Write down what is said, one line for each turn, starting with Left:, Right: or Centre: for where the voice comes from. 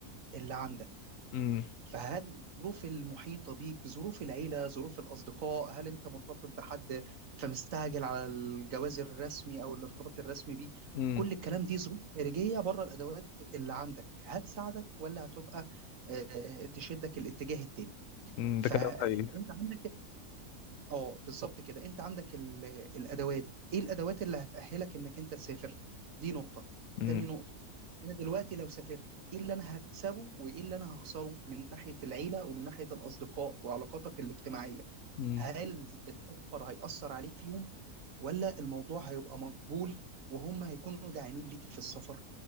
Right: اللي عندك
Left: مم.
Right: فهل الظروف المحيطة بيك ظروف العيلة ظروف الأصدقاء هل أنت مرتبط بحد فمستعجل على الجواز الرسمي أو الارتباط الرسمي بيه
Left: مم.
Right: كل الكلام دي ظروف خارجية بره الأدوات اللي عندك هتساعدك ولا هتبقى آه، تشدك الاتجاه التاني
Left: مم.
Right: فأنت
Left: ده كلام حقيقي
Right: عندك اه بالظبط كده انت عندك ال- الادوات ايه الادوات اللي هتأهلك انك انت تسافر دي نقطة
Left: مم.
Right: تاني نقطة انا دلوقتي لو سافرت ايه اللي انا هكسبه وايه اللي انا هخسره من ناحية العيلة ومن ناحية الاصدقاء وعلاقاتك الاجتماعية
Left: مم.
Right: هل السفر هيأثر عليك فيهم ولا الموضوع هيبقى مقبول وهم هيكونوا داعمين ليك في السفر